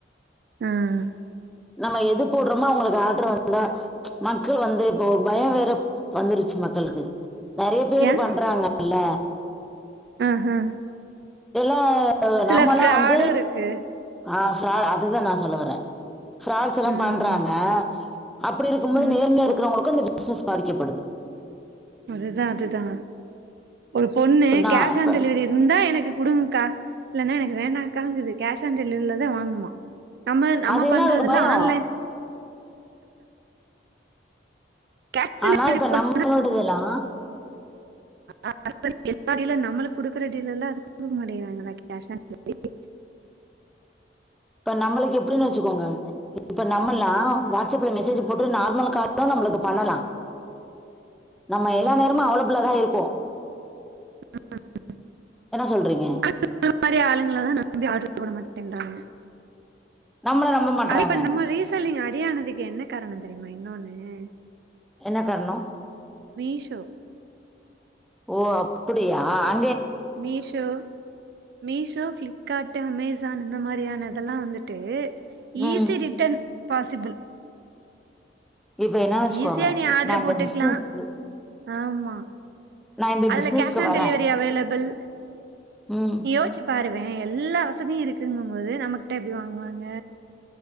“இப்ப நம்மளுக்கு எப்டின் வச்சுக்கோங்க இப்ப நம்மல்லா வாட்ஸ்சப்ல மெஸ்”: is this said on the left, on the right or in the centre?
Centre